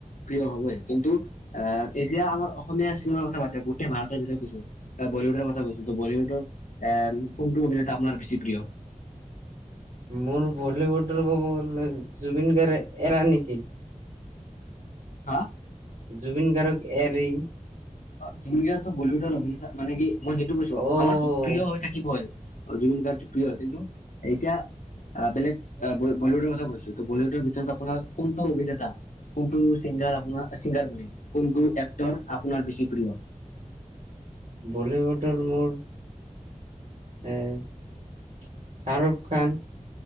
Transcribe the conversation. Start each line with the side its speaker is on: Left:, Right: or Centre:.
Left: প্ৰিয় হবই কিন্তু ই এতিয়া আমাৰ অসমীয়া চিনেমাৰ কথা বাদ দিয়া গোটেই ভাৰতৰ ভিতৰত কৈছো বলীউডৰ কথা কৈছো বীউডৰ এ কোনটো অভিনেতা আপোনাৰ বেছি প্ৰিয়
Right: মোৰ বলিউড ৰ ক'ব গলে জুবিন গাৰ্গ এৰা নেকি
Left: হা
Right: জুবিন গাৰ্গক এৰি
Left: অ জুবিন দা বলিউডৰ অভিনেতা মানে কি মই সেইটো কৈছো
Right: অ'
Left: আমাৰতো প্ৰিয় হৈ থাকিবই জুবিন গাৰ্গতো প্ৰিয় কিন্তু এতিয়া বেলেগ বলীউডৰ কথা কৈছো ত বলীউডৰ ভিতৰত আপোনাৰ কোনটো অভিনেতা কোনটো চিংগাৰ আপোনাৰ চিংগাৰ বুলি কোনটো এক্টৰ আপোনাৰ বেছি প্ৰিয়
Right: বলিউডৰ মোৰ এই শাৰু খান